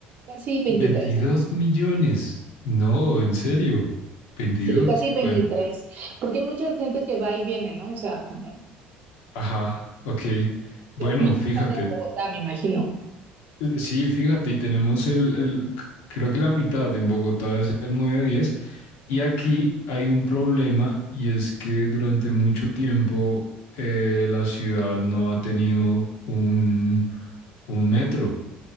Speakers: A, on the right; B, on the left.
A: casi veintitrés.
B: 22 millones. No, en serio. 22.
A: Sí, casi veintitrés.
B: Bueno,
A: porque hay mucha gente que va y viene, ¿no? O sea, como
B: ajá, ok. Bueno,
A: lo mismo
B: fíjate.
A: pasa en Bogotá, me imagino.
B: Eh, Sí, fíjate, y tenemos el, el- c- creo que la mitad en Bogotá debe ser 9, diez Y aquí hay un problema y es que durante mucho tiempo eh, la ciudad no ha tenido un, un metro.